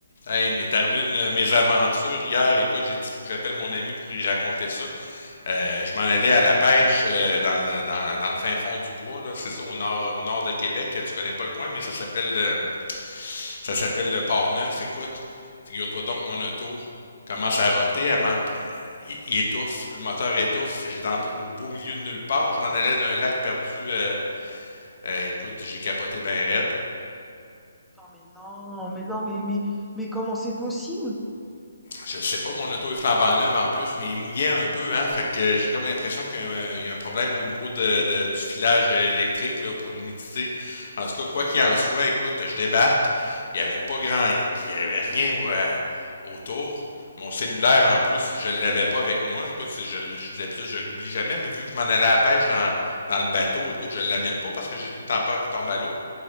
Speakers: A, on the left; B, in the centre.
A: Hey, il m'est arrivé une mésaventure hier. Écoute, j'ai dit, faut que j'appelle mon ami pour y raconter ça. Euh, je m'en allais à la pêche euh, dans le, dans, dans le fin fond du bois, là. C'est ça, au nord, au nord de Québec. Tu connais pas le coin, mais ça s'appelle, euh, ça s'appelle le Port-Neuf. Écoute, figure-toi donc que mon auto commence à roter, elle manque, euh, il il étouffe, le moteur étouffe. J'étais en plein- au beau milieu de nulle part. Je m'en allais d'un lac perdu. euh, euh, écoute, j'ai capoté ben raide.
B: Ah mais non, mais non, mais mais mais comment c'est possible?
A: Je sais pas, mon auto est flambant neuve en plus, mais il mouillait un peu, hein. Fait que euh, j'ai comme l'impression qu'il y a un, il y a un problème au niveau de, de- du filage euh, électrique là, pour l'humidité. En tout cas, quoi qu'il en soit, écoute, je débarque. Il y avait pas grand, il y avait rien au- euh, autour. Mon cellulaire en plus, je l'avais pas avec moi. Écoute, c'est- je, l- je, d'habitude, je l'oublie jamais, mais vu que je m'en allais à la pêche dans, dans le bateau, écoute, je l'amène pas parce que j'ai tout le temps peur qu'il tombe à l'eau.